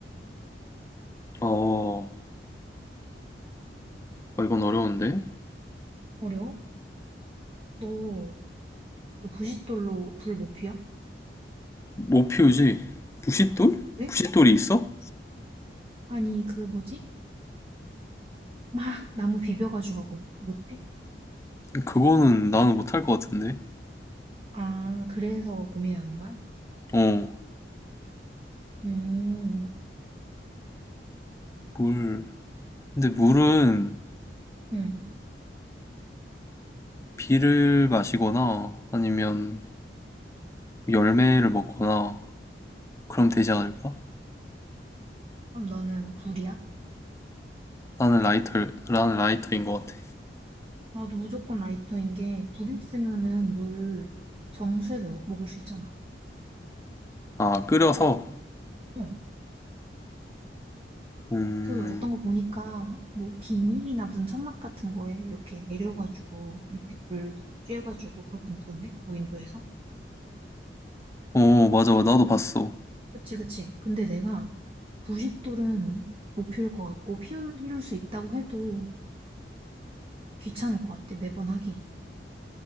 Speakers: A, on the left (about 15°); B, on the right (about 35°).
A: 어, 어, 이건 어려운데.
B: 어려워? 너 그 부싯돌로 불 못 피워?
A: 못 피우지? 부싯돌?
B: 왜?
A: 부싯돌이 있어?
B: 아니, 그 뭐지? 막 나무 비벼가지고 그거 못해?
A: 그거는 나는 못 할 것 같은데.
B: 아, 그래서 고민하는 거야?
A: 어,
B: 음,
A: 물. 근데 물은
B: 응.
A: 비를 마시거나 아니면 열매를 먹거나 그럼 되지 않을까?
B: 그럼 너는 불이야?
A: 나는 라이터, 나는 라이터인 것 같아.
B: 나도 무조건 라이터인 게, 불 있으면은 물 정수해서 먹을 수 있잖아.
A: 아, 끓여서?
B: 응.
A: 음,
B: 그 어떤 거 보니까, 뭐 비닐이나 무슨 천막 같은 거에 이렇게 내려가지고, 밑에 불 쬐가지고 그렇게 먹던데? 무인도에서?
A: 어, 맞아. 나도 봤어.
B: 그치, 그치. 근데 내가 부싯돌은 못 피울 것 같고, 피운, 피울 수 있다고 해도 귀찮을 것 같아, 매번 하기.